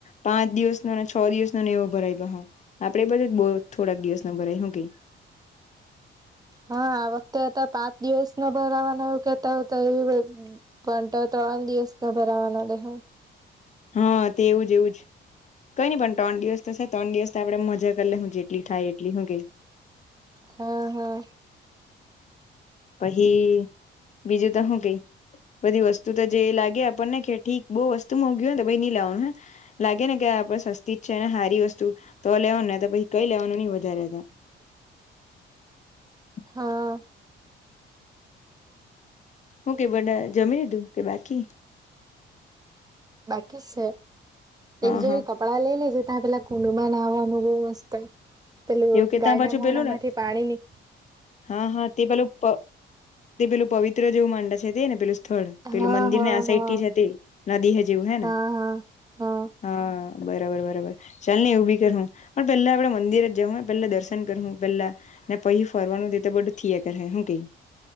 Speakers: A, on the left (about 35°); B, on the right (about 20°).
A: પાંચ દિવસનો ને છ દિવસનો ને એવો ભરાય પાહો આપડે એ બાજુ જ બો થોડાક દિવસ નો ભરાય હું કેય <inaudible>
B: હા, આ વખતે પાંચ દિવસ નો બગવવાનું કેહતા તો એ પા દિવસતા ભરાવાના રહે.
A: હા, તે એવું જ એવું જ. કઈ નઈ પણ ત્રણ દિવસ તો સે ત્રણ દિવસ તો આપડ મજા કરી લે હું જેટલી થાય એટલી હુ કેઈ?
B: હા હા.
A: પછી બીજું તો હુ કઈ બધી વસ્તુ તો જે લાગે આપણને કે ઠીક બહુ વસ્તુ મોંઘી હોયને તો ભાઈ લાવવાનું હે લાગે ને કે આપડે સસ્તી જ છે ને હારી વસ્તુ તો લેવાનું ના તો પહિ કઈ લેવાનું નહી વધારે ત્યાં. <inaudible>
B: હા.
A: હું કે બધા જમી લીધું કે બાકી?
B: ઠીક સે.
A: હા
B: એક જોરી
A: હા
B: કપડા લઈ લેજે તા પેલા કુંડુમાં નાવા એમા બો મસ્ત પેલું
A: એવું કે
B: ગાયના
A: તા પાછું
B: મોડામાંથી
A: પેલું ને
B: પાણી ની
A: હા હા તે પેલું પ તે પેલું પવિત્ર જેવું માંડે છે તે ને પેલું થોડ
B: હા
A: પેલું મંદિરને
B: હા
A: આ
B: હા
A: સાઈડથી છે તે નદી હે જેવું હે
B: હા
A: ને.
B: હા
A: હા. બરાબર બરાબર ચાલને એવું બી કર હું પણ પેલા આપડે મંદિર જ જાહુ હે પેલા દર્શન કર હું પેલા ને પહી ફરવાનું તે તો બધું થીયા કર હે હું કેઈ?